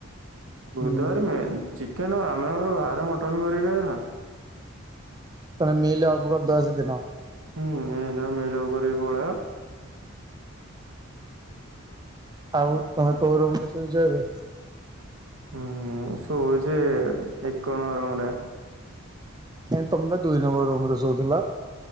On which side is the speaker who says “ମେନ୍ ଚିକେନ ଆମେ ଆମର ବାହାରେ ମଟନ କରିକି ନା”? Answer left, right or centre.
Right